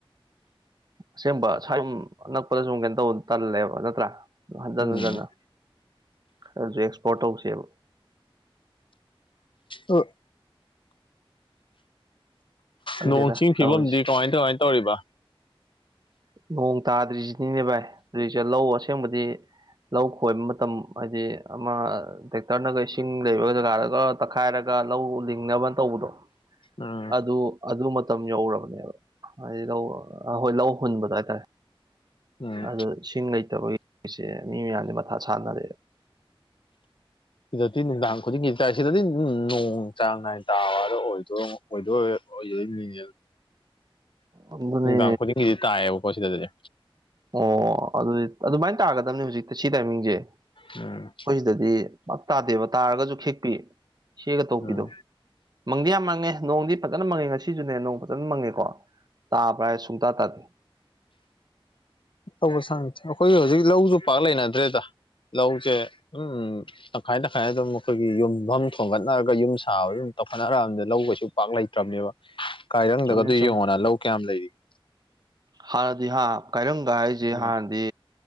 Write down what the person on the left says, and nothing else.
ꯎꯝ
ꯑꯣ
ꯅꯣꯡ ꯆꯤꯡ ꯐꯤꯕꯝꯗꯤ
ꯀꯃꯥꯏ ꯀꯃꯥꯏꯅ ꯇꯧꯔꯤꯕ
ꯎꯝ
ꯎꯝ
ꯁꯤꯗꯗꯤ ꯅꯨꯡꯗꯥꯡ ꯈꯨꯗꯤꯡꯒꯤ ꯇ ꯁꯤꯗꯗꯤꯝ ꯅꯣꯡ ꯆꯥꯡ ꯅꯥꯏꯅ ꯇꯥꯔ ꯑꯣꯏꯗꯣꯏ ꯑꯣꯏꯗꯣꯏꯔꯅꯦ
ꯅꯨꯡꯗꯥꯡ ꯈꯨꯗꯤꯡꯒꯤꯗꯤ ꯇꯥꯛꯑꯦꯕ ꯄꯣꯁꯤꯗ ꯑꯗꯨꯗꯤ
ꯎꯝ
ꯎꯝ
ꯇꯧꯕ ꯁꯅꯦ ꯑꯩꯈꯣꯏ ꯍꯧꯖꯤꯛ ꯂꯧꯁꯨ ꯄꯥꯛ ꯂꯩꯅꯗ꯭ꯔꯦꯗ ꯂꯧꯁꯦ ꯎꯝ ꯇꯪꯈꯥꯏ ꯇꯪꯈꯥꯏꯅ ꯑꯗꯨꯝ ꯑꯩꯈꯣꯏꯒꯤ ꯌꯨꯝ ꯃꯐꯝ ꯊꯣꯡꯒꯠꯅꯔꯒ ꯌꯨꯝ ꯁꯥꯕ ꯌꯨꯝ ꯇꯧꯈꯠꯅꯔꯑꯕ ꯂꯧꯧꯕꯩꯁꯨ ꯄꯥꯛ ꯂꯩꯇ꯭ꯔꯕꯅꯦꯕ ꯀꯥꯏꯔꯪꯗꯒꯗꯨ
ꯌꯦꯡꯉꯣꯅ ꯂꯧ ꯀꯌꯥꯝ ꯂꯩꯔꯤꯒꯦ
ꯎꯝ